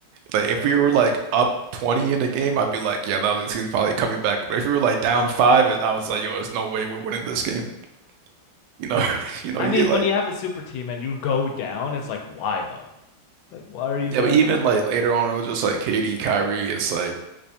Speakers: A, on the right; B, on the left.
A: Like
B: Yeah.
A: if we were like up 20 in the game, I'd be like, yeah, no, this team's probably coming back. But if we were like down five, it- I was like, yo, there's no way we're winning this game. You know, <laughs> you know,
B: I
A: you
B: mean,
A: get like,
B: when you have a super team and you go down, it's like, why though? Like, why are you
A: yeah,
B: down?
A: but even like later on, it was just like KD, Kyrie. It's like,